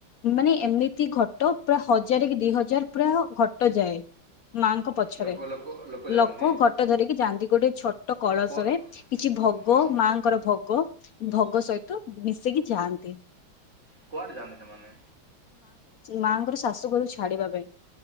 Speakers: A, on the left; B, on the right.
A: ମାନେ ଏମିତି ଘ ପୁରା ହଜାର କି ଦି ହଜାର ପୁରା ଘଟଯାଏ। ମାଁ ଙ୍କ ପଛରେ
B: ଲୋକ ଲୋକ ଯାଆନ୍ତି
A: ଲୋକ କ ଯାଆନ୍ତି ଗୋଟେ ଛୋଟ କଳସରେ
B: କୁଆ
A: କିଛି ଭୋଗ
B: ହଁ ହଁ
A: ମାଁ ଙ୍କର ଭୋଗ ଭୋଗ ଭୋଗ ସହିତ ମିଶେଇକି ଯାଆନ୍ତି।
B: କୁଆଡ଼େ ଯାଆନ୍ତି ସେମାନେ?
A: ମାଁଆ ଙ୍କର ଶାଶୁ ଘରୁ ଛାଡ଼ିବା ପାଇଁ।